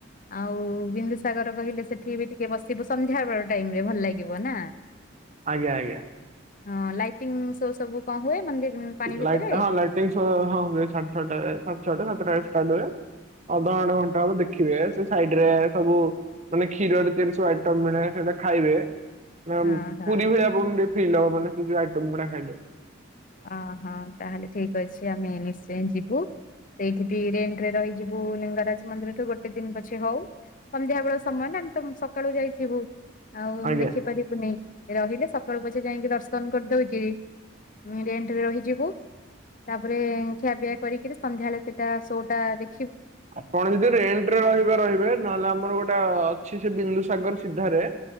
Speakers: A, on the left; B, on the right.
A: ଆଉ ବିନ୍ଦୁସାଗର କହିଲେ ସେଠି ବି ଟିକେ ବସିବୁସ ସନ୍ଧ୍ୟାବେଳ ଟାଇମରେ ଭଲ ଲାଗିବ ନା?
B: ଆଜ୍ଞା ଆଜ୍ଞା।
A: ହଁ ଲାଇଟିଙ୍ଗ ସୋ ସବୁ କଣ ହୁଏ? ମନ୍ଦିର ପାଣି ଭିତରେ
B: ଲାଇଟ୍ ହଁ ଲାଇଟିଙ୍ଗ ସୋ ହଁ ହୁଏ ସାଡେ ଛଅ ଏ ସାଡେ ଛଟା ସାତଟା ରେ ଷ୍ଟାର୍ ହୁଏ। ଅଧ ଘଣ୍ଟେ ଘଣ୍ଟା ହବ ଦେଖିବେ ସେ ସାଇଟ୍ ରେ ସବୁ ମାନେ କ୍ଷୀରରେ ତିଆରି ସବୁ ଆଇଟମ ମିଳେ ସେଟା ଖାଇବେ। ନା
A: ହଁ
B: ମ୍
A: ହଁ।
B: ପୁରୀ ଭଳିଆ ଭୁବନ ଟିକେ ଫିଲ୍ ହବ ମାନେ ସେ ଯୋଉ ଆଇଟମ ଗୁଡ଼ା ଖାଇଲେ।
A: ଓଃହୋ ତାହେଲେ ଠିକ ଅଛି, ଆମେ ନିଶ୍ଚୟ ଯିବୁ। ସେଇଠି ବି ରେଣ୍ଟ୍ ରେ ରହିଯିବୁ ଲିଙ୍ଗରାଜ ମନ୍ଦିର ଠୁ ଗୋଟେ ଦିନ ପଛେ ହଉ। ସନ୍ଧ୍ୟାବେଳ ସମୟ ନା ଆମେ ତମ ସକାଳୁ ଯାଇଥିବୁ। ଆଉ
B: ଆଜ୍ଞା।
A: ଦେଖିପାରିବୁନି ରହିଲେ ସକାଳୁ ପଛେ ଯାଇକି ଦର୍ଶନ କରିଦଉ କିି ଉଁ ରେଣ୍ଟରେ ରହିଯିବୁ ତା ପରେ ଖିଆପିଆ କରିକିରି ସନ୍ଧ୍ୟାବେଳେ ସେଟା ସୋ ଟା ଦେଖ୍
B: ଆପଣ ଯଦି ରେଣ୍ଟରେ ରହିବେ ରହିବେ ନହେଲେ ଆମର ଗୋଟେ ଅଛି ସେ ବିନ୍ଦୁସାଗର ସିଧାରେ